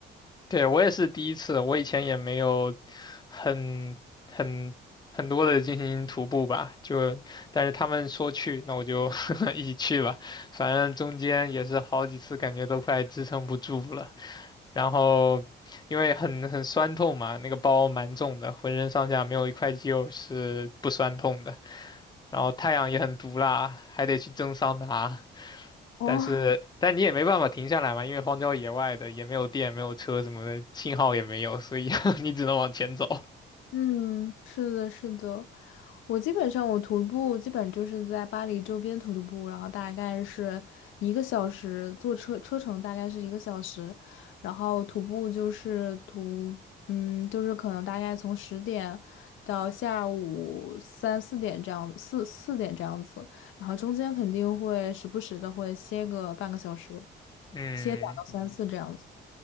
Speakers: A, on the left; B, on the left.
A: 对，我也是第一次，我以前也没有很很很多的进行徒步吧，就但是他们说去，那我就 <laughs> 一起去吧。反正中间也是好几次，感觉都快支撑不住了，然后。因为很很酸痛嘛，那个包蛮重的，浑身上下没有一块肌肉是不酸痛的。然后太阳也很毒辣，还得去蒸桑拿。
B: 哦，
A: 但是，但你也没办法停下来嘛，因为荒郊野外的，也没有电，没有车什么的，信号也没有，所以 <laughs> 你只能往前走。
B: 嗯，是的，是的。我基本上我徒步基本就是在巴黎周边徒步，然后大概是一个小时，坐车车程大概是一个小时，然后徒步就是徒，嗯，就是可能大概从十点到下午三四点这样，四四点这样子，然后中间肯定会时不时的会歇个半个小时，
A: 嗯，
B: 歇两到三次这样子。